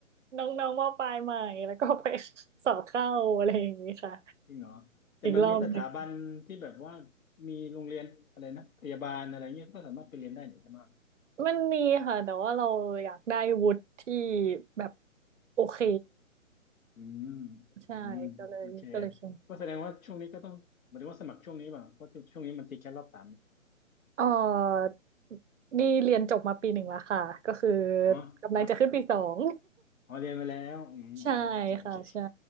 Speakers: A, on the right (about 65°); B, on the left (about 80°).
A: น้องๆมปลายใหม่แล้วก็ไปสอบเข้าอะไรอย่างนี้ค่ะ
B: จริงเหรอแต่มันมีสถาบันที่แบบว่า
A: อีกรอบหนึ่ง
B: มีโรงเรียนอะไรนะพยาบาลอะไรเงี้ยก็สามารถไปเรียนได้หน่ใช่ไหม
A: มันมีค่ะแต่ว่าเราอยากได้วุฒิที่แบบโอเค
B: อืม
A: ใช่ก็เลยก็เลยเขียน
B: อืมโอเคก็แสดงว่าช่วงนี้ก็ต้องหมายถึงว่าสมัครช่วงนี้ป่ะเพราะช่วงนี้มันติดแค่รอบสามนี่
A: เออนี่เรียนจบมาปีหนึ่งแล้วค่ะก็คือ
B: อ๋อฮะ
A: กำลังจะขึ้นปีสอง
B: อ๋อเรียนไปแล้วอืมอ๋อโอเคโอเค
A: <laughs> ใช่ค่ะใช่